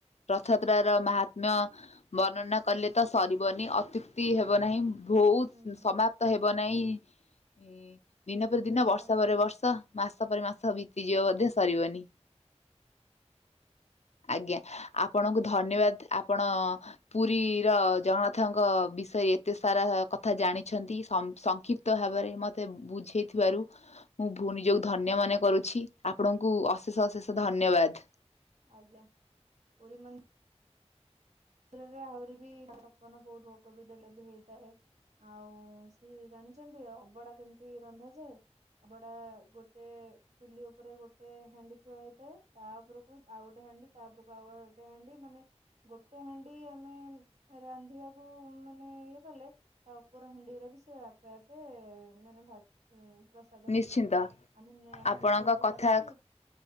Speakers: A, on the left (about 70°); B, on the right (about 80°).
A: ରଥଯାତ୍ରା ର ମହାତ୍ମ୍ୟ ବର୍ଣ୍ଣନା କଲେ ତ ସରିବନି ଅତ୍ୟୁକ୍ତି ହେବ ନାହିଁ। ବହୁତ
B: ହୁଁ
A: ସମାପ୍ତ ହେବ ନାହିଁ ଇଁ
B: କେବେ
A: ଦିନ ପରେ
B: ବି
A: ଦିନ
B: ତ ସା
A: ବର୍ଷ ପରେ ବର୍ଷ। ମାସ ପରେ ମାସ ବିତିଯିବ ବୋଧେ ସରିବନି। ଆଜ୍ଞା ଆପଣଙ୍କୁ
B: ଆଉ
A: ଧନ୍ୟବାଦ ଆପଣ ପୁରୀ ର ଜଗନ୍ନାଥଙ୍କ ବିଷୟରେ ଏତେ ସାରା କଥା ଜାଣିଛନ୍ତି ସମ ସଂକ୍ଷିପ୍ତ ତ ଭାବରେ ମତେ ବୁଝେଇଥିବାରୁ।
B: <unintelligible>
A: ମୁଁ ଭୁଣି ଯୋଗୁ ଧନ୍ୟ ମନେ କରୁଛି। ଆପଣଙ୍କୁ ଅଶେଷ ଅଶେଷ ଧନ୍ୟବାଦ।
B: ଆଜ୍ଞ ପୁରୀ ମନ୍ଦି ପୁରୀରେ ଆଉରିବି ଛପନ ଭୋଗ ବହୁତୁ ଡେଲି ଡେଲି ହୋଇଥାଏ। ଆଉ ସି ଜାଣିଛନ୍ତି ଅବଡା କେମିତି ରନ୍ଧାଯାଏ? ଅଭଡା ଗୋଟେ ଚୁଲି ଉପରେ ଗୋଟେ ହାଣ୍ଡି ଥୁଆ ହେଇଥାଏ। ତା ଉପରକୁ ଆଉ ଗୋଟେ ହାଣ୍ଡି ତା ଉପରକୁ ଆଉ ଆଉ ଗୋଟେ ହାଣ୍ଡି ମାନେ ସେ ହାଣ୍ଡି ଆମେ ରାନ୍ଧିବାକୁ ମାନେ ଇଏ କଲେ ତା ଉପର ହାଣ୍ଡି ଗୁରା ବି ସେ ଆପେ ଆପେ ମାନେ ଭା ଉଁ ପ୍ରସାଦ ହେଇଯାଏ।
A: ନିଶ୍ଚିନ୍ତ
B: ଆମେ ନିଆଁ ଆମେ
A: ଆପଣଙ୍କ
B: ଗୋଟେ ଗୋଟେ
A: କଥା
B: କରିକି